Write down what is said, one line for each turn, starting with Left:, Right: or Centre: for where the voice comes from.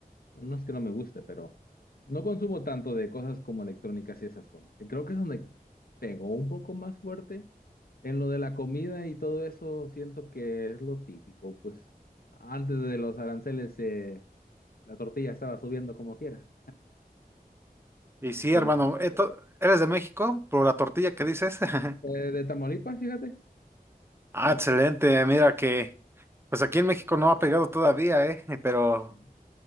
Left: no es que no me guste, pero no consumo tanto de cosas como electrónicas y esas cosas. que Creo que es donde pegó un poco más fuerte. En lo de la comida y todo eso, siento que es lo típico. Pues antes de los aranceles, eh, la tortilla estaba subiendo como quiera.
Right: Y
Left: Así
Right: sí,
Left: que...
Right: hermano, eh, to- ¿eres de México? Por la tortilla que dices. <laughs>
Left: Eh, de Tamaulipas, fíjate.
Right: Ah, excelente. Mira que, pues aquí en México no ha pegado todavía, ¿eh? Pero,
Left: Mm.